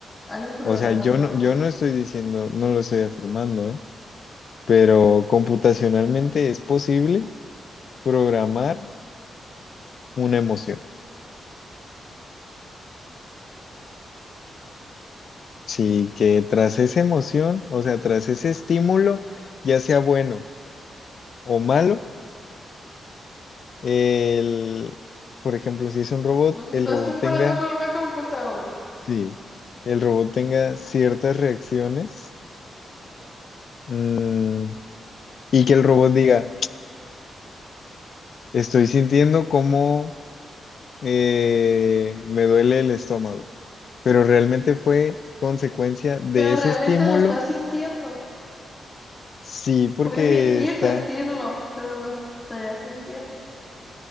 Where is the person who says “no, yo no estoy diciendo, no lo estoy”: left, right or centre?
Left